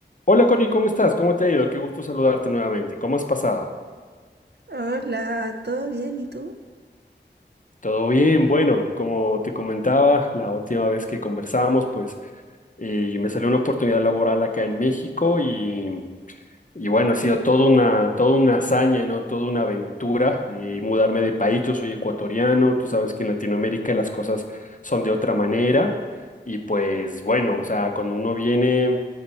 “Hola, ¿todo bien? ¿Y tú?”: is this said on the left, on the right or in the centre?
Right